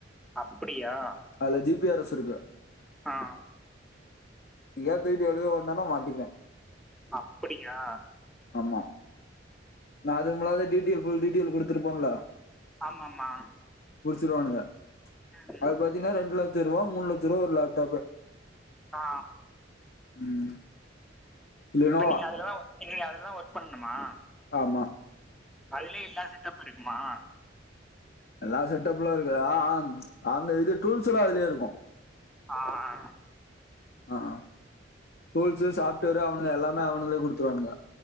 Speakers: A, in the centre; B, on the left.
A: அப்டியா
B: அதுல ஜி பி ஆர் எஸ் இருக்கு
A: ஆ
B: எங்கயா தூக்கிட்டு வெளிய வந் வந்தா மாட்டிப்பே
A: அப்டியா
B: ஆமா நா அது முதல்ல டீடெய்ல் புல் டீடெய்ல் குடுத்துருப்பேன்ல
A: ஆமாமா
B: புடிச்சுருவானுங்க
A: ம்
B: அது பாத்தீங்கன்னா ரெண்டுல ரெண்டு லட்ச ரூபா மூணு லட்ச ரூபா ஒரு லேப்டாப்பு
A: ஆ
B: ம் லினோவா
A: இப்ப நீங்க அதுலதா நீங்க அதுல தா ஒர்க் பண்ணணுமா
B: ஆமா
A: அதுலே எல்லா செட்டப்பு இருக்குமா
B: எல்லா செட்டப்ல்லா இருக்கு ஆ ஆ அந்த இது டூல்ஸ்ல்லா அதுலயே இருக்கு
A: ஆ ஆ
B: ஆஹ ஆ டூல்ஸு சாஃப்ட்வேரு அவனுங்க எல்லாமே அவனுங்களே குடுத்துருவானுங்க